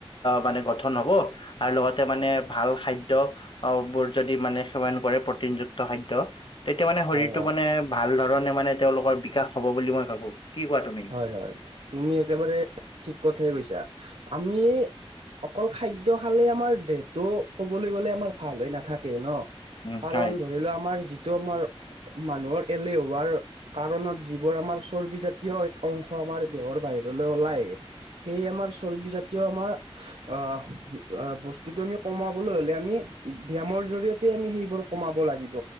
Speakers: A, on the left (about 55°); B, on the right (about 80°).
A: মানে গঠন হব আৰু লগতে মানে ভাল খাদ্য অ, বোৰ যদি মানে সেৱন কৰে প্ৰটিনযুক্ত খাদ্য তেতিয়া মানে
B: হয়
A: শৰীৰটো
B: হয়
A: মানে ভাল ধৰণে মানে তেওঁলোকৰ বিকাশ হব বুলি মই ভাবো, কি কোৱা তুমি?
B: হয়, হয় তুমি একেবাৰে ঠিক কথাই কৈছা আমি অকল খাদ্য খালে আমাৰ দেহটো ক'বলৈ গ'লে আমাৰ ভাল হৈ নাথাকে ন'।
A: উম
B: কাৰণ
A: হয়
B: ধ ধৰিলোৱা আমাৰ যিটো আমাৰ মানুহৰ এলেহুৱাৰ কাৰণত যিবোৰ আমাৰ চৰ্বিজাত জাতীয় এক অংশ আমাৰ দেহৰ বাহিৰলৈ ওলায়, সেই আমাৰ চৰ্বিজাতীয় আমাৰ অ', অ', বস্তুটো আমি কমাবলৈ হ'লে আমি ব্যায়ামৰ জৰিয়তে আমি সেইবোৰ কমাব লাগিব।